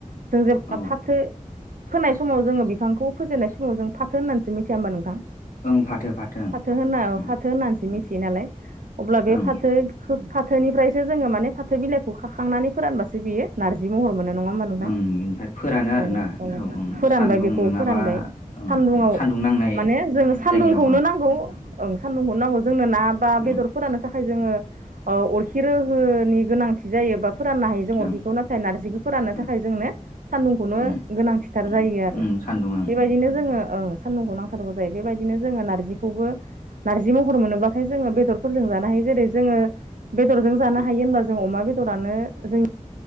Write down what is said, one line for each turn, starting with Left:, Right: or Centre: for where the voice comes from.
Right: जों जेब बा
Left: औ
Right: फाथो फोनाय समाव जोङो बिफांखौ फोजेननाय समाव जों फाथो होननानैसो मिथिया होनबा नोंथां?
Left: ओं फाथो।
Right: फाथो होननायाव
Left: ओं
Right: फाथो होननानैसो
Left: उम
Right: मिथियो नालाय अब्ला बे
Left: ओं
Right: फाथो फोथ फाथ थोनिफ्रायसो जोङो माने फाथो बिलाइखौ खाखांनानै फोरानबासो बियो नारजि महर मोनो नङा होमबा नोंथां।
Left: ओं ओमफ्राय फोरानो आरोना
Right: औ
Left: बेखौ
Right: औ
Left: ओं
Right: फोरानबाय
Left: सान्दुं
Right: बेखौ
Left: नङाबा
Right: फोरानबाय
Left: ओं
Right: सान्दुंआव
Left: ओं सान्दुं नांनाय
Right: माने जों सान सान्दुंखौनो
Left: जायगायाव ओं
Right: नांगौ ओं सान्दुंखौनो नांगौ जोंनो ना बा बेदरफोरानो
Left: ओं
Right: थाखाय जोङो औ अरखि रोहनि गोनां। गोनांथि जायो बा फोराननो हायो
Left: ओं
Right: जों अरखिखौ नाथाय नारजिखौ फोराननो
Left: ओं
Right: थाखाय जोंने सान्दुंखौनो
Left: ओं
Right: गोनांथिथार
Left: ओं
Right: जायो आरो
Left: सान्दुं ओं
Right: बेबायदिनो जों जोंङो ओ सानदुंखौ नांथारगौ जायो बेबायदिनो जोङो नारजिखौबो नारजि महर मोनोबाथाय जोङो बेदर फोरजों जानो हायो जेरै जोङो बेदरजों जानो हायो होनबा जों अमा बेदरानो जों